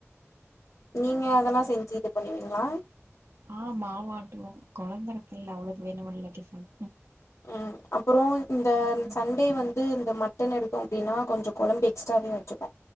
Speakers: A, on the left (about 70°); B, on the right (about 60°).
A: நீங்க அதலா செஞ்சி இது பண்ணுவீங்ளா
B: ஆ மாவாட்டுவோ கொழந்தருக்குல்ல அவ்ளுக்கு வேணுமில்ல டிஃபன்
A: ம் அப்றோ இந்த
B: ம்
A: சண்டே வந்து இந்த மட் டன் எடுத்தோ அப்டினா கொஞ்சொ கொழம்பு எக்ஸ்ட்ராவே வச்சுப்போ